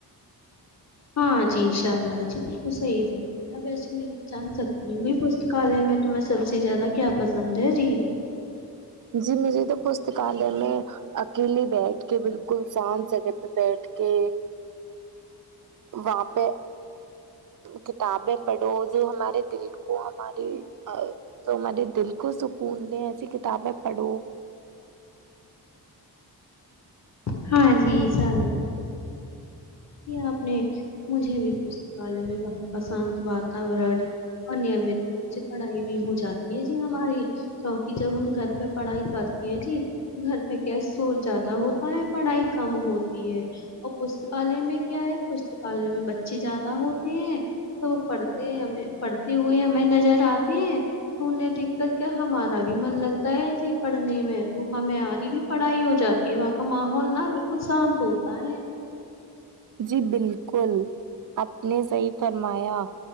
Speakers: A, on the left (about 40°); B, on the right (about 50°).
A: ہاں جی ان شاء اللہ جی بالکل صحیح ف ہے وسے میں جان سکتی ہوںی پستکالیہ میں تمہیں سب سے زیادہ کیا پسند ہے جی
B: جی مجھے تو پستکالیہ میں اکیلیے بیٹھ کے بالکل سان جگہ پہ بیٹھ کے وہاں پہ کتابیں پڑھو جو ہمارے دل کو ہماری جو ہمارے دل کو سکون دے ایسی کتابیں پڑو
A: ہاں جی سار آپ نے مجھے بھی پستکال میں وہاں پ شانت واتورن اور نمت روپ سے پڑھائی بھی ہو جاتی ہے جی ہماری کیونکہ جب ہم گھر پہ پڑھائی کرتے ہیں جی تو گھر پہ کیا ہے سور زیادہ ہوتا ہے پڑھائی کم ہوتی ہے اور پالیہ میں کیا ہے پستکالیہ میں بچے زیادہ ہوتے ہیں تو وہ پڑھتے ہمیں پڑھتے ہوئے ہمیں نظر آتے ہیں تو انہیں دیکھ کر کیا ہمارا بھی من لگتا ہے جی پڑھنے میں تو ہمیںاری بھی پڑھائی ہو جاتی ہے وہاں کا ماحول نا بالکل شانت ہوتا ہے
B: جی بالکل آپ نے صحی فرمایا